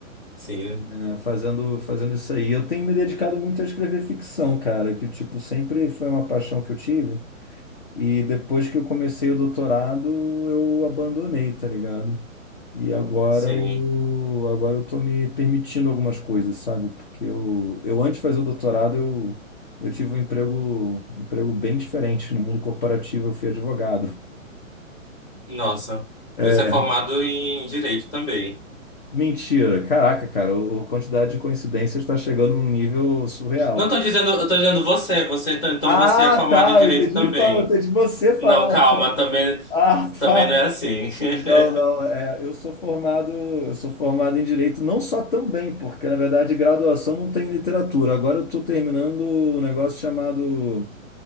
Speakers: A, on the left; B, on the left.
A: Sim.
B: É, fazendo fazendo isso aí. Eu tenho me dedicado muito a escrever ficção, cara, que tipo sempre foi uma paixão que eu tive. E depois que eu comecei o doutorado, eu abandonei, tá ligado? E agora
A: Sim.
B: eu, agora eu tô me permitindo algumas coisas, sabe? Porque eu, eu antes de fazer o doutorado, eu, eu tive um emprego, um emprego bem diferente no mundo corporativo, eu fui advogado.
A: Nossa,
B: É,
A: você é formado em direito também.
B: mentira. Caraca, cara, o- a quantidade de coincidências está chegando num nível surreal.
A: Não tô dizendo, eu tô dizendo você, você então então
B: Ah,
A: você é formado
B: tá,
A: em direito
B: eu entendi,
A: também.
B: fala- eu entendi você falar.
A: Não, calma, também
B: Ah,
A: também
B: tá.
A: não é assim. <laughs>
B: Não, não, é, eu sou formado, eu sou formado em direito, não só também, porque na verdade graduação não tem literatura. Agora eu estou terminando um negócio chamado